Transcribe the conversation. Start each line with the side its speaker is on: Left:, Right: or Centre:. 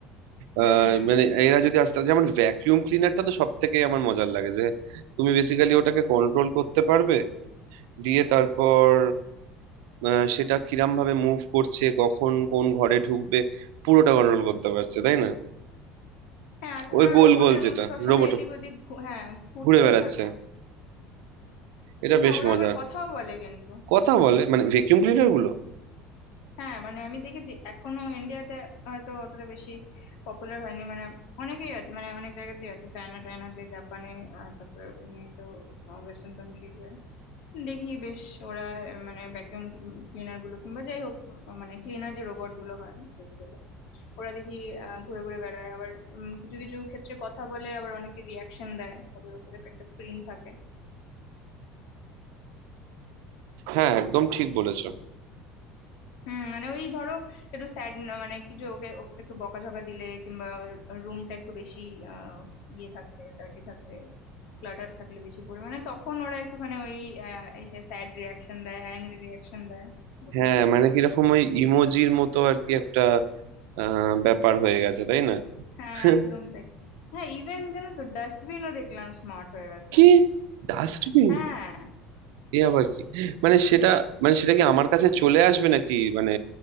Left: হুম
Right: আহ মানে এরা যদি আস্তে যেমন ভ্যাকিউম ক্লিনারটা তো সব থেকে আমার মজার লাগে যে তুমি বেসিক্যালি ওটাকে কন্ট্রোল করতে পারবে দিয়ে তারপর আহ, সেটা কিরাম ভাবে মুভ করছে কখন কোন ঘরে ঢুকবে পুরোটা কন্ট্রোল করতে পারছে তাই না
Left: হ্যাঁ আর ওরা
Right: ওই গোল
Left: রোবটের
Right: গোল যেটা
Left: মতো সবসময়
Right: রোবট
Left: এদিক ওদিক ঘু- হ্যাঁ ঘুরতেও
Right: ঘুরে বেড়াচ্ছে
Left: থাকে
Right: এটা
Left: হ্যাঁ
Right: বেশ
Left: ওরা
Right: মজার
Left: আবার কথাও বলে কিন্তু
Right: কথা বলে মানে ভ্যাকিউম ক্লিনার গুলো
Left: হ্যাঁ মানে আমি দেখেছি এখনো ইন্ডিয়াতে হয়তো অতটা বেশি পপুলার হয়নি মানে অনেকেই আ- মানে অনেক জায়গাতেই আছে চায়না টায়নাতে জাপানে আহ, তারপরে তো ওয়েস্টার্ন কান্ট্রিজে দেখি বেশ ওরা আহ, মানে ভ্যাকিউম ক্লিনার গুলো কিংবা যাই হোক আহ, মানে ক্লিনার যে রোবট গুলো হয় বেসিক্যালি ওরা দেখি আহ, ঘুরে ঘুরে বেড়ায় আবার উম, কিছু কিছু ক্ষেত্রে কথা বলে আবার অনেকে রিয়াকশন দেয় ওদের উপরে একটা স্ক্রিন থাকে
Right: হ্যাঁ একদম ঠিক বলেছো
Left: হুম মানে ওই ধরো একটু স্যাড মানে কিছু ওকে ওকে একটু বকাঝকা দিলে কিংবা রুমটা একটু বেশি আহ ইয়ে থাকলে ডার্টি থাকলে ক্লাটার থাকলে বেশি পরিমাণে তখন ওরা একটুখানি ওই আহ, এসে স্যাড রিয়াকশন দেয় অ্যাংরি রিয়াকশন দেয় ওরকম
Right: হ্যাঁ
Left: টাইপের
Right: মানে কিরকম ওই ইমোজির মতো আর কি একটা আহ ব্যাপার হয়ে গেছে তাই না
Left: হ্যাঁ
Right: <laughs>
Left: একদম তাই হ্যাঁ ইভেন জানো তো ডাস্টবিনও দেখলাম স্মার্ট হয়ে গেছে
Right: কি ডাস্টবিন
Left: হ্যাঁ
Right: এ আবার কি মানে সেটা মানে সেটা কি আমার কাছে চলে আসবে নাকি মানে